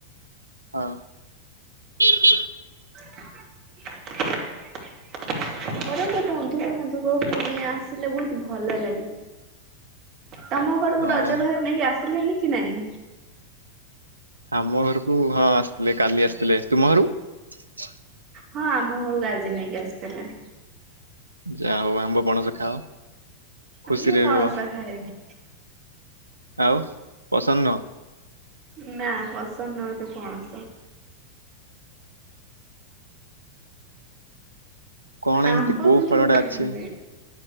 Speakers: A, on the right; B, on the right.
A: ହଁ। <unintelligible>
B: <unintelligible> ଘରକୁ ବନ୍ଧୁ ବାନ୍ଧବ କୁଣିଆ ଆସିଲେ ବହୁତ ଭଲ ଲାଗେ। ତମ ଘରକୁ
A: ହଁ
B: ରଜ ଭାର ନେଇକି ଆସିଲେଣି। କି ନାଇଁ।
A: ଆମ ଘରକୁ କୁ ହଁ ଆସିଥିଲେ କାଲି ଆସିଥିଲେ। ତୁମ ଘରକୁ
B: ହଁ ଆମ ଘରକୁ ଆଜି ନେଇକି ଆସିଥିଲେ।
A: ଯାହା ହୋଉ ଆମ୍ବ ପଣସ ଖାଅ। ଖୁସିରେ
B: ମୁଁ ପଣସ
A: ରୁହ
B: ଖାଏନି।
A: ଆଉ ପସନ୍ଦ ନୁହଁ।
B: ନା ପସନ୍ଦ ନୁହନ୍ତି ପଣସ
A: କଣ
B: ଆମ୍ବ
A: ଏମିତି କୋଉ
B: କିନ୍ତୁ
A: ଫଳଟା
B: ବହୁତ
A: ଅଛି
B: ଭଲ ଲାଗେ।